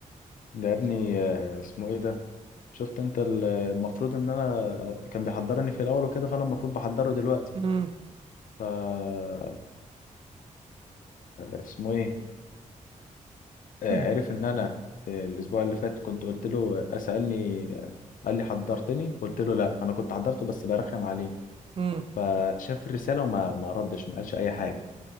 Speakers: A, on the left; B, on the right.
A: ده يا ابني آه، اسمه ايه ده شفت انت ال- المفروض ان انا كان بيحضرني في الاول وكده فانا المفروض بحضره دلوقتي
B: مم.
A: ف آه، اسمه ايه
B: <laughs>
A: آه،
B: مم.
A: عرف ان انا آه، الاسبوع اللي فات كنت قلت له آه، سالني آه، قال لي حضرتني قلت له لا انا كنت حضرته بس برخم عليه
B: مم.
A: فشاف الرسالة وما ما ردش ما قالش أي حاجة